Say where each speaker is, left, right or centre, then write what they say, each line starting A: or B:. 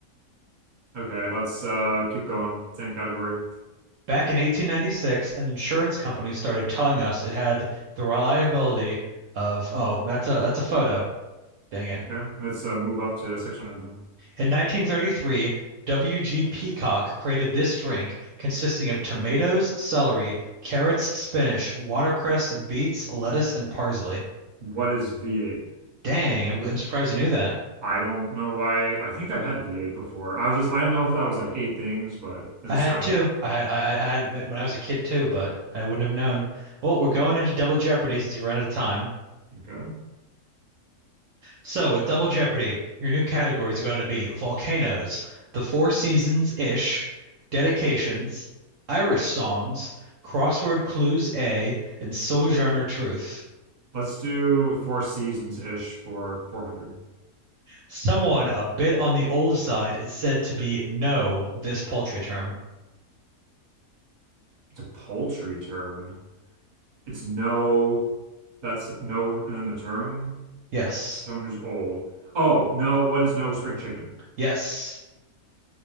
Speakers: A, on the right (about 35°); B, on the right (about 70°).
A: Okay, let's uh keep going. Same category.
B: Back in 1896, an insurance company started telling us it had the reliability of, oh, that's a that's a photo. Dang it.
A: Okay, let's uh move up to 600 then.
B: In 1933, W.G. Peacock created this drink consisting of tomatoes, celery, carrots, spinach, watercress, beets, lettuce, and parsley.
A: What is V8?
B: Dang, I'm, I'm surprised you knew that.
A: I don't know why. I think I've had V8 before. I was just I didn't know if that was like eight things, but it
B: I
A: just
B: had
A: sounded
B: two. I had I, I had it when I was a kid too, but I wouldn't have known. Well, we're going into Double Jeopardy since we ran out of time.
A: okay.
B: So, with Double Jeopardy, your new categories are going to be volcanoes, the Four Seasons-ish, dedications, Irish songs, crossword clues A, and Sojourner Truth.
A: Let's do four seasons ish for 400.
B: Someone a bit on the old side is said to be no this paltry term.
A: It's a poultry term. It's no, that's no, and then the term.
B: Yes.
A: Someone who's old. Oh, no, what is no spring chicken?
B: Yes.